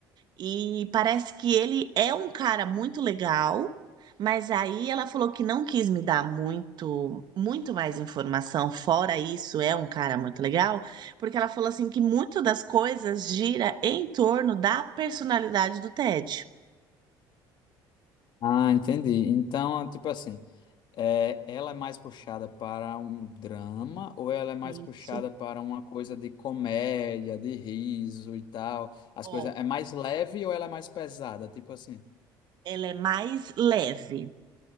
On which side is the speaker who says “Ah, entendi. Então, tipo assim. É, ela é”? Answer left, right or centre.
Left